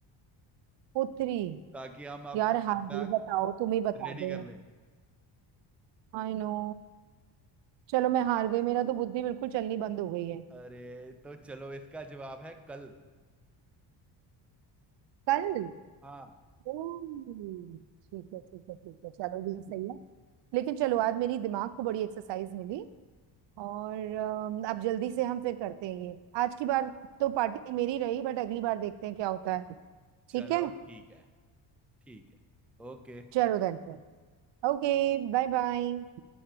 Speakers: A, on the right; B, in the centre.
A: पुत्री
B: ताकि हम आपका
A: यार हार
B: फीडबैक
A: गई बताओ तुम ही बता
B: रेडी
A: दो
B: कर लें
A: I know चलो मैं हार गई मेरा तो बुद्धि बिल्कुल चलनी बंद हो गई है
B: अरे तो चलो इसका जवाब है कल
A: कल
B: हाँ
A: ओह, ठीक है ठीक है ठीक है चलो ये सही है लेकिन चलो आज मेरी दिमाग को बड़ी एक्सरसाइज मिली और अम, अब जल्दी से हम फिर करते हैं ये आज की बार तो पार्टी मेरी रही बट अगली बार देखते हैं क्या होता है
B: चलो
A: ठीक है
B: ठीक है ठीक है ओके
A: चलो देन फिर ओके Bye bye